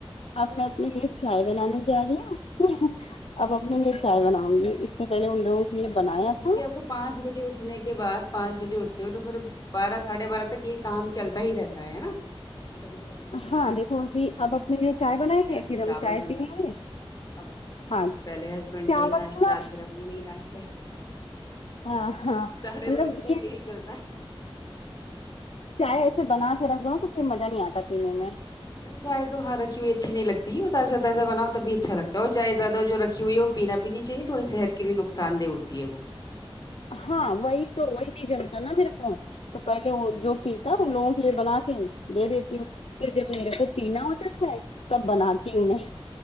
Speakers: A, on the left; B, on the left.
A: اب میں اپنے لیے چائے بنانے جا رہی ہوں اپ اپنے لیے چائے بناؤں گی اس سے پہلے ان لوگوں کے لیے بنایا
B: یہ ٹھیک
A: تھا
B: ہے آپ کو پانچ بجے اٹھنے کے بعد پانچ بجے اٹھتے ہو تو پھر بارہ ساڑھے بارہ تک یہ کام چلتا ہی رہتا ہے ہے نہ کہ کبھی سبزی بنانا
A: ہاں دیکھو
B: ہے
A: ابھی
B: کبھی
A: اب
B: روٹی
A: اپنے لیے
B: بنانا
A: چائے بنائیں
B: ہے
A: گے
B: یا کبھی
A: پھر ہم
B: چاول
A: چائے
B: بنانا
A: پیئیں گے
B: ہے اب
A: ہاں
B: پہلے ہسبینڈ
A: چاول
B: کے لیے ناشته
A: نا
B: ہے پھر اپنے لیے ناشتہ ہے
A: ہاں ہاں
B: ساڈھے
A: مطلب
B: بارہ تک
A: یہ
B: یہی چلتا ہے
A: چائے ایسے بنا کے رکھ دو نہ تو پھر مزہ نہیں آتا پینے میں
B: نہیں چائے تو ہاں رکھی ہوئی اچھی نہیں لگتی تازہ تازہ بناؤ تبھی اچھا لگتا اور چائے زیادہ جو رکھی ہوئی ہو پینا بھی نہیں چاہیے تھوڑے صحت کے لیے نقصاندہ ہوتی ہے وہ
A: ہاں وہی تو وہی نہیں جمتا نا میرے کو تو پہلے
B: ہوں
A: وہ جو
B: جی
A: پیتا
B: ہوں
A: ان لوگوں کو پھر بنا کے دے دیتی ہوں پہر جب میرے کو پینا ہوتا چائے تب بناتی ہوں میں